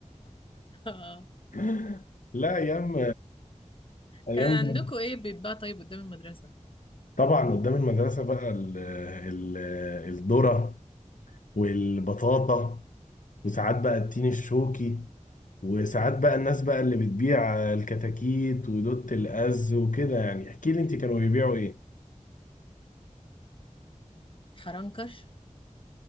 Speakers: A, on the left; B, on the left.
A: <laughs> آه.
B: <laughs> لا ايام ايام
A: كان
B: دي.
A: عندكم ايه بيتباع طيب قدام المدرسة
B: طبعا قدام المدرسه بقى ال ال الذره والبطاطا وساعات بقى التين الشوكي وساعات بقى الناس بقى اللي بتبيع الكتاكيت ودوت الأز وكده يعني احكي لي انت كانوا بيبيعوا ايه
A: حرنكش